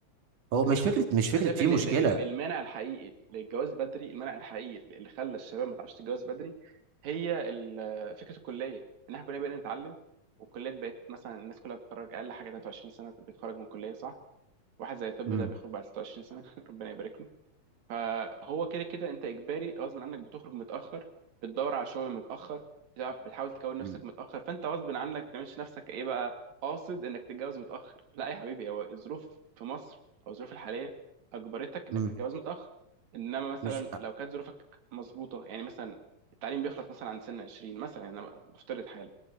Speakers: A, on the right; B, on the right.
A: هو
B: انا
A: مش
B: شايف
A: فكره
B: ان
A: مش فكره
B: انا شايف
A: في
B: ان
A: مشكله
B: ال- ال- المانع الحقيقي للجواز بدري المانع الحقيقي اللي خلى الشباب ما تعرفش تتجوز بدري هي ال- فكره الكليه ان احنا كلنا بقينا نتعلم والكليات بقت مثلا الناس كلها بتتخرج اقل حاجه 23 سنه بتتخرج من الكليه صح واحد زي الطب
A: مم.
B: ده بيخرج بعد 26 سنه <laughs> ربنا يبارك له فهو كده كده انت اجباري غصب عنك بتخرج متاخر بتدور على شغل متاخر بتعرف بتحاول تكون نفسك
A: مم.
B: متاخر فانت غصب عنك ما بتعملش نفسك ايه بقى قاصد انك تتجوز متاخر لا يا حبيبي هو الظروف في مصر او الظروف الحاليه اجبرتك انك
A: مم.
B: تتجوز متاخر انما مثلا
A: مش
B: لو كانت ظروفك مظبوطه يعني مثلا التعليم بيخلص مثلا عند سن 20 مثلا انا بفترض حاله